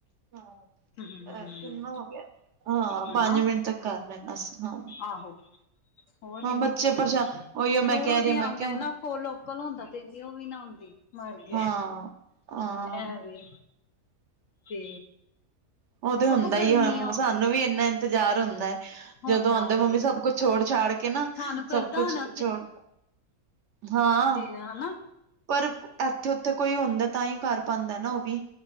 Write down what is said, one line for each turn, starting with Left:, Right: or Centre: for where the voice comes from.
Right: ਹਾਂ
Left: ਹਮ
Right: ਕਿੰਨਾ ਹੋ ਗਿਆ ਹਾਂ
Left: ਹਨਾ
Right: ਪੰਜ ਮਿੰਟ ਤੱਕ ਕਰ ਲੈਣਾ ਸੀ ਹਾਂ।
Left: ਆਹੋ ਹੋਰ
Right: ਹਾਂ
Left: ਇੰਨੀ
Right: ਬੱਚੇ
Left: ਦੂਰੋਂ
Right: ਪਰਸ਼ਾ
Left: ਦੀ
Right: ਉਹੀਓ ਮੈਂ
Left: ਦੂਰੋਂ
Right: ਕਹਿ ਰਹੀ
Left: ਦੀ
Right: ਹਾਂ, ਮੈਂ
Left: ਆਉਂਦਾ
Right: ਕਿਹਾ
Left: ਹੈ ਨਾ ਕੋਲ ਲੋਕਲ ਹੁੰਦਾ ਤੇ ਇੰਨੀ ਉਹ ਵੀ ਨਾ ਹੁੰਦੀ ਮਰ ਗਿਆ
Right: ਹਾਂ ਹਾਂ ਹਾਂ।
Left: ਐ ਵੇ ਤੇ
Right: ਉਹ ਤੇ ਹੁੰਦਾ
Left: ਸਗੋਂ ਗਰਮੀ
Right: ਹੀ ਏ।
Left: ਹੋ
Right: ਸਾਨੂੰ
Left: ਗਈ
Right: ਵੀ ਇੰਨਾ ਇੰਤਜ਼ਾਰ ਹੁੰਦਾ ਏ।
Left: ਹੁੰਦਾ
Right: ਜਦੋਂ ਆਉਂਦਾ
Left: ਵੇ
Right: ਮੰਮੀ ਸਭ ਕੁਛ ਛੋੜ- ਛਾੜ ਕੇ ਨਾ,
Left: ਤੁਹਾਨੂੰ ਕਰਦਾ
Right: ਸਭ ਕੁਛ
Left: ਹੋਣਾ
Right: ਛੋੜ ਹਾਂ
Left: ਦੇਵਾ ਨਾ
Right: ਪਰ ਏਥੇ ਉੱਥੇ ਕੋਈ ਹੁੰਦਾ ਤਾਂ ਹੀ ਕਰ ਪਾਉਂਦਾ ਨਾ ਉਹ ਵੀ,